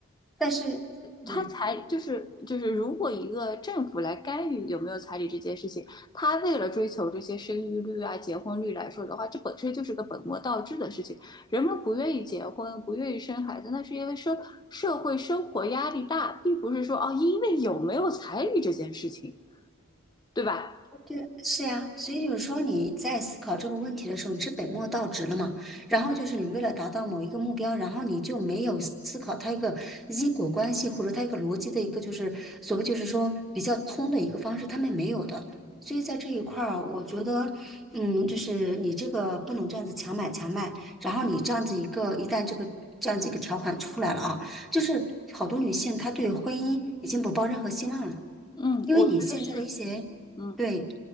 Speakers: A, in the centre; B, on the left.
A: 但是，嗯，
B: 他彩就是就是，如果一个政府来干预有没有彩礼这件事情，他为了追求这些生育率啊、结婚率来说的话，这本身就是个本末倒置的事情。人们不愿意结婚，不愿意生孩子，那是因为生社会生活压力大，并不是说哦，因为有没有彩礼这件事情，对吧？
A: 对，是呀，所以就是说你在思考这个问题的时候，你是本末倒置了嘛？然后就是你为了达到某一个目标，然后你就没有思考它一个因果关系，或者它一个逻辑的一个就是所谓就是说比较通的一个方式，他们没有的。所以在这一块儿，我觉得，嗯，就是你这个不能这样子强买强卖，然后你这样子一个一旦这个这样子一个条款出来了啊，就是好多女性她对婚姻已经不抱任何希望了。
B: 嗯，
A: 因为你现在的一些，
B: 我觉得是，嗯，
A: 对，